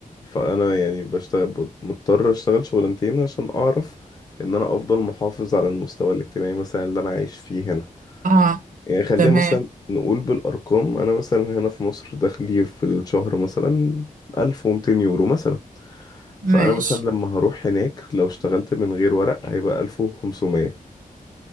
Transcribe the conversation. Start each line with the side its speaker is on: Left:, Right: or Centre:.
Left: فانا يعني بشتغل مضطر اشتغل شغلانتين عشان اعرف ان انا افضل محافظ على المستوى الاجتماعي مثلا اللي انا عايش فيه هنا
Right: اه
Left: يعني خلينا
Right: تمام
Left: مثلا نقول بالارقام انا مثلا هنا في مصر دخلي في الشهر مثلا 1200 يورو مثلا
Right: ماشي
Left: فانا مثلا لما هروح هناك لو اشتغلت من غير ورق هيبقى 1500